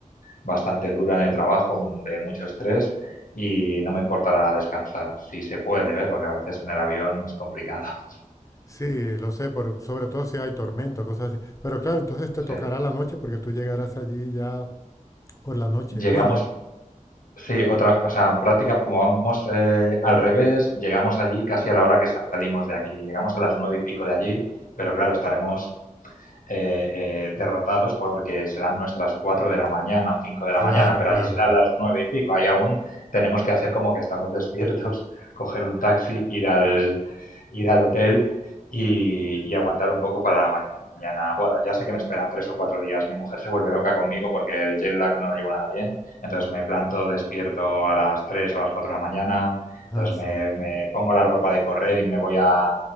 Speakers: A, on the left (about 75°); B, on the left (about 25°).
A: bastante dura en el trabajo, un- de mucho estrés y no me importará descansar, si se puede, ¿eh? Porque a veces en el avión es complicado. <laughs>
B: Sí, lo sé, por, sobre todo si hay tormento, cosas así. Pero claro, entonces te
A: Sí.
B: tocará la noche porque tú llegarás allí ya por la noche.
A: Llegamos
B: Bueno, hay-
A: Sí, otra, o sea, práctica, como vamos eh, al revés, llegamos allí casi a la hora que salimos de aquí. Llegamos a las nueve y pico de allí, pero claro, estaremos eh, eh, derrotados porque serán nuestras 4 de la mañana o 5 de
B: claro,
A: la mañana, pero
B: claro,
A: allí serán
B: claro.
A: las 9 y pico. Ahí aún tenemos que hacer como que estamos despiertos, <laughs> coger un taxi, ir al, ir al hotel y, y aguantar un poco para la mañana. Bueno, ya sé que me esperan 3 o 4 días. Mi mujer se vuelve loca conmigo porque el jet lag no lo llevo nada bien. Entonces me planto despierto a las 3 o a las 4 de la mañana. Entonces
B: Ah, sí.
A: me, me pongo la ropa de correr y me voy a,